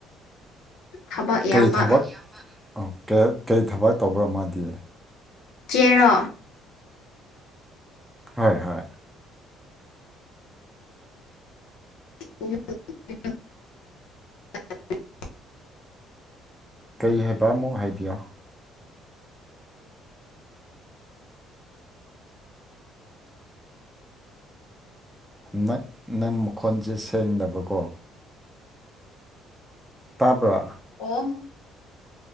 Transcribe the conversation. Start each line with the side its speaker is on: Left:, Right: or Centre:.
Left: ꯊꯕꯛ ꯏꯌꯥꯝꯕ
Centre: ꯀꯩ ꯊꯕꯛ ꯑ ꯀꯩ ꯊꯕꯛ ꯇꯧꯕ꯭ꯔꯥ ꯃꯥꯗꯤ
Left: ꯆꯦꯔꯣ
Centre: ꯍꯣꯏ ꯍꯣꯏ
Left: <unintelligible>
Centre: ꯀꯔꯤ ꯍꯥꯏꯕ ꯑꯃꯨꯛ ꯍꯥꯏꯕꯤꯌꯣ ꯅꯪ ꯅꯪ ꯃꯈꯣꯟꯁꯦ ꯁꯦꯡꯗꯕꯀꯣ ꯇꯥꯕ꯭ꯔꯣ
Left: ꯑꯣ